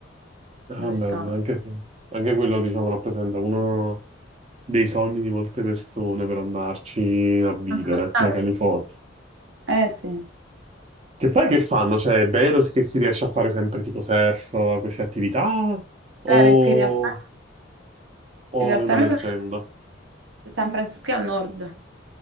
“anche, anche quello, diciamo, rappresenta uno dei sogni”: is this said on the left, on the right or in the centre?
Right